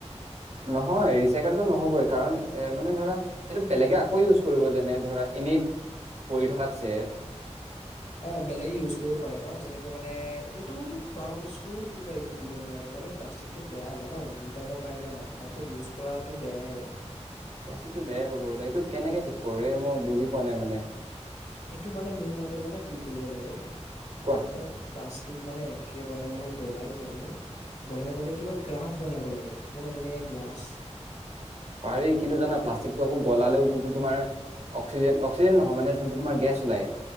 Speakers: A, on the right; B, on the left.
A: নহয়, ৰিচাইকেলটো নহ'বই কাৰণ এ মানে ধৰা, সেইটো বেলেগে আকৌ ইউজ কৰিব। যেনে, ধৰা এনে পঢ়ি থকাতছে
B: অ', বেলেগে ইউজ কৰিব পাৰে নহ? যেনেকে মানে, এইটোতো খোৱা বস্তু কিবা একো দিব নোৱাৰে। মানে প্লাষ্টিকটো বেয়া জানা? ৰিটাইমৰ কাৰণে হয়, তাৰ পিছত ইউজ কৰাটো বেয়ায়ে
A: প্লাষ্টিকটো বেয়াই ক'ব গলে, সেইটো কেনেকে ঠিক কৰো ৰে মই বুজি পোৱা নাই মানে
B: এইটো মানে মোৰ মতে জানা কি কৰিব লাগে,
A: কোৱা
B: মানে প্লাষ্টিক মানে একেবাৰে মানে গলাই পেলাই গলাই পেলাই কিবা ক্ৰাফ বনাব লাগে, জানা যেনেকে গ্লাছ
A: পাৰি, কিন্তু জানা প্লাষ্টিকটো আকৌ গলালেও যোনটো তোমাৰ অক্সিজেন-অক্সিজেন নহয় মানে যোনটো তোমাৰ গেছ ওলায়